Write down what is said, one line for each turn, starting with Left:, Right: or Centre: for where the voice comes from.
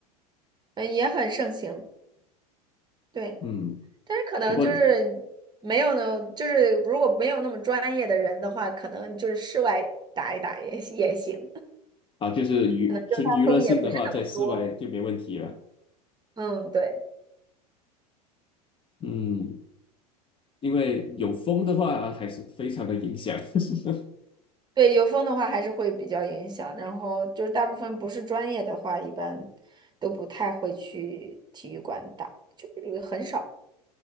Right: 嗯，也很盛行，对，
Left: 嗯，
Right: 但是可能就是
Left: 不过
Right: 没有呢，就是如果没有那么专业的人的话，可能就是室外打一打也也行，
Left: 啊，就是娱纯娱乐性的话，
Right: <laughs> 风也不是那么多。
Left: 在室外就没问题了。
Right: 嗯，对。
Left: 嗯，因为有风的话，啊还是非常的影响。<laughs>
Right: 对，有风的话还是会比较影响，然后就是大部分不是专业的话，一般都不太会去体育馆打，就是很少。